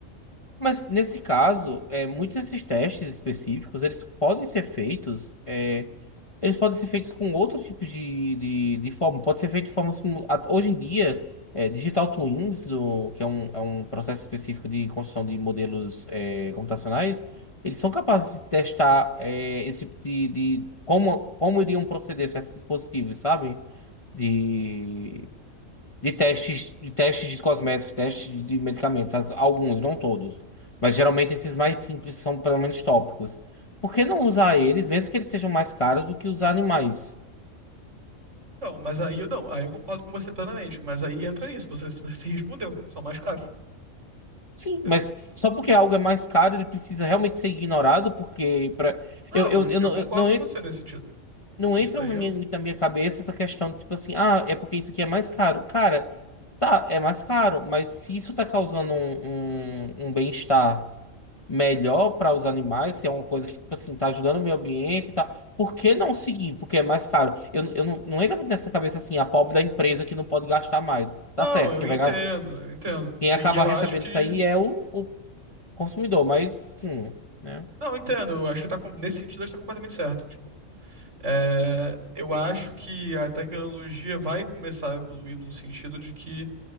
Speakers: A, on the left; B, on the right.
A: mas nesse caso, é, muitos desses testes específicos, eles podem ser feitos. é, Eles podem ser feitos com outros tipos de, de, de forma. Pode ser feito de forma. simu- Hoje em dia, é, Digital Twins, o- que é um, é um processo específico de construção de modelos é, computacionais, eles são capazes de testar é, esse tipo de, de- como, como iriam proceder certos dispositivos, sabe? de de testes, de testes de cosméticos, testes de de medicamentos, as- alguns, não todos. Mas geralmente esses mais simples são pelo menos tópicos. Por que não usar eles, mesmo que eles sejam mais caros do que os animais?
B: Então, mas aí eu não, aí eu concordo com você plenamente, mas aí entra nisso, você se se respondeu, são mais caros,
A: Sim,
B: entendeu?
A: mas só porque algo é mais caro, ele precisa realmente ser ignorado, porque pra...
B: Não,
A: eu, eu,
B: eu,
A: eu,
B: eu
A: não,
B: concordo
A: eu não
B: com
A: ia
B: você nesse sentido.
A: Não
B: Isso
A: entra
B: daí
A: na
B: eu.
A: minha, na minha cabeça essa questão de, tipo assim, ah, é porque isso aqui é mais caro. Cara, tá, é mais caro, mas se isso tá causando um, um, um bem-estar melhor para os animais, se é uma coisa que, tipo assim, tá ajudando o meio ambiente e tal, por que não seguir? Porque é mais caro. Eu, eu não, não entra muito nessa cabeça assim, a pobre da empresa que não pode gastar mais. Tá
B: Não,
A: certo,
B: eu
A: quem
B: entendo,
A: vai, ga-
B: eu entendo.
A: quem
B: E,
A: acaba
B: e eu
A: recebendo
B: acho que.
A: isso aí é o, o consumidor, mas, assim, né?
B: Não, eu entendo, eu acho que tá com- nesse sentido está completamente certo. Tipo, é, eu acho que a tecnologia vai começar a evoluir num sentido de que